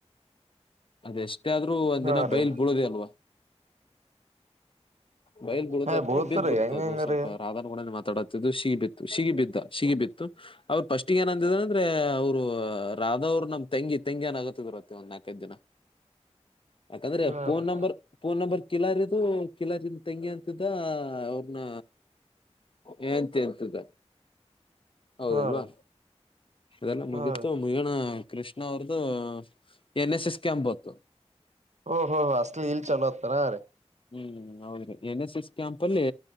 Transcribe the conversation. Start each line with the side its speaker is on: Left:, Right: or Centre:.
Left: ಅದೆ ಎಷ್ಟೇ ಆದ್ರೂ ಒಂದ
Right: ಹಾ
Left: ದಿನ
Right: ರೀ
Left: ಬೈಲ್ಗೆ ಬಬೀಳದೆ ಅಲ್ವಾ. ಬಯಲ್ ಬೀಳುತ್ತೆ
Right: ಹಾ
Left: ಅಥವಾ
Right: ಬೀಳ್ತರಿ
Left: ಬಿದ್ದ್ ಬಿಡ್ತು
Right: ಹೆಂಗ
Left: ಅದು
Right: ಹೆಂಗರಿ
Left: ಸ್ವಲ್ಪ ರಾಧನ್ ಗುಡ. ತಡತ್ತಿದ್ದು ಸಿಗಿ ಬಿತ್ತು ಸಿಗಿ ಬಿದ್ದ ಸಿಗಿ ಬಿತ್ತು ಅವ್ರರು ಪಫಸ್ಟ್ಗೆ ಏನ್ಂದಿದ ಅಂದ್ರೆ ಅವ್ರು ರಾಧವ್ರು ನಮ್ ತೆಂಗಿ ತಂಗಿ ಅನ್ ಆಗತ್ತ ಬರತ್ತೆ ಒಂದ್ ನಾಲ್ಕೈದು ದಿನ. ಯಾಕಂದ್ರೆ
Right: ಹಾ
Left: ಫೋನ್
Right: ರೀ
Left: ನಂಬರ್ ನಂಬರ್ ಕೇಳಿದ್ರೆ. ಕಿಲಾರಿನಾ ತಂಗಿ ಅಂತಿದ ಅವ್ರನ್ನ. ಹೆಂಡತಿ ಅಂತಿದ್ದ. ಹೌದಲ್ವಾ
Right: ಹಾ ರೀ
Left: ಅದೆಲ್ಲ ಮುಗೀತು
Right: ಹಾ ರೀ
Left: ಮುಗಿಯೋಣ. ಕೃಷ್ಣ ಅವ್ರ್ದು ನ್ ಏನ್ ಎಸ್. ಎಸ್ ಕ್ಯಾಂಪ್ ಬಂತು
Right: ಓ ಹೋ ಹ ಅಸ್ಲೀ ಇಲ್ ಚಲತ್ರ ಅ ರೇ.
Left: ಹ್ಮ್ ಹೌದ್ರಿ ಎನ್ ಎಸ್ ಎಸ್ ಕ್ಯಾಂಪ್ ಅಲ್ಲಿ